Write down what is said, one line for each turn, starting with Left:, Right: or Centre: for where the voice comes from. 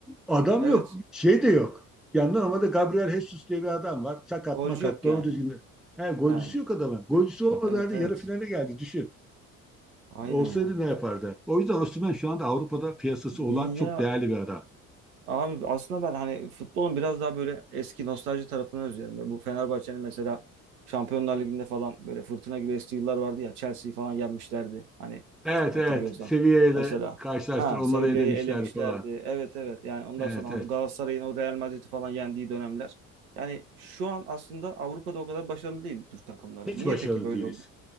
Centre: Adam
Right: Evet.
Centre: yok. Şey de yok. Yani normalde Gabriel Jesus diye bir adam var. Sakat
Right: Golcü
Centre: makat.
Right: yok
Centre: Doğru
Right: yani.
Centre: düzgün. de- He, golcüsü
Right: Yani.
Centre: yok adamın. Golcüsü olmadığı
Right: Evet
Centre: halde
Right: evet.
Centre: yarı finale geldi. Düşün.
Right: Aynen
Centre: Olsaydı
Right: ya.
Centre: ne yapardı? O yüzden Osimhen şu anda Avrupa'da piyasası olan
Right: Ya
Centre: çok değerli bir adam.
Right: Abi aslında ben hani futbolun biraz daha böyle eski nostalji tarafını özlüyorum. Böyle Bu Fenerbahçe'nin mesela Şampiyonlar Ligi'nde falan böyle fırtına gibi estiği yıllar vardı ya. Chelsea'yi falan yenmişlerdi. Hani
Centre: Evet
Right: hatırlıyorsan.
Centre: evet. Seviyeyle
Right: Mesela
Centre: karşılaştır.
Right: ha
Centre: Onları
Right: Sevilla'yı
Centre: elemişlerdi
Right: elemişlerdi.
Centre: falan.
Right: Evet evet. Yani ondan
Centre: Evet
Right: sonra hani
Centre: evet.
Right: Galatasaray'ın o Real Madrid'i falan yendiği dönemler. Yani şu an aslında Avrupa'da o kadar başarılı değil Türk takımları.
Centre: Hiç
Right: Niye
Centre: başarılı
Right: peki böyle
Centre: değiliz.
Right: oldu?